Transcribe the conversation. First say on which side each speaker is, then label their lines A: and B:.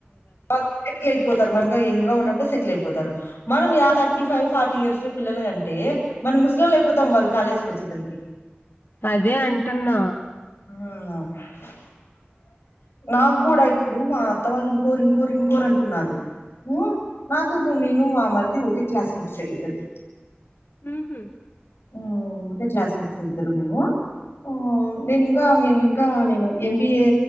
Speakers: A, on the left (about 80°); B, on the left (about 65°).
A: వాళ్ళు సెటిల్ అయిపోతారు మనమ్ ఎంగగా ఉన్నప్పుడే సెటిల్ అయిపోతారు మనం yeah thirty five forty years లో పిల్లల్ని కంటే మనం ముసలొల్లయిపోతాం వాళ్ళు కాలేజీకి వచ్చిసరికి
B: అదే అంటున్నా
A: ఆ నాకు కూడా ఇప్పుడు మా అత్త వాళ్ళు ఇంకోరు ఇంకోరు ఇంకోరు అంటున్నారు హు నాకు ఇప్పుడు నేను మా మరిది ఒకటే క్లాస్మేట్స్ ఏ ఇద్దరు
B: మ్ హు
A: హు ఒకటే క్లాస్మేట్స్ ఇద్దరు మేము హు నేను ఇంకా మేము ఇంకా నేను ఎంబిఏ